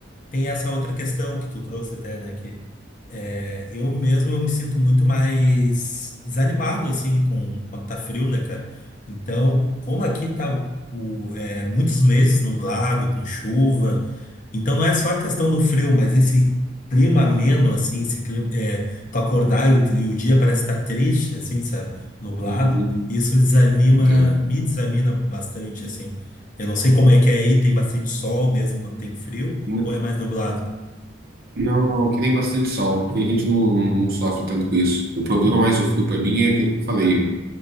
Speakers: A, on the left; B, on the right.
A: tem essa outra questão que tu trouxe até, né? Que é, eu mesmo eu me sinto muito mais desanimado, assim, com, quando tá frio, né, cara? Então, como aqui tá o, é, muitos meses nublado, com chuva, então não é só a questão do frio, mas esse clima ameno, assim, esse clima, é, tu acordar e o, tri- o dia parece estar triste, assim, sabe? Nublado,
B: uhum.
A: isso desanima,
B: Entendo.
A: me desanima bastante, assim. Eu não sei como é que é aí, tem bastante sol mesmo quando tem frio,
B: N-
A: ou é mais nublado?
B: Não, não, aqui tem bastante sol. E a gente não, não sofre tanto com isso. O problema mais do frio para mim é aquilo que eu falei.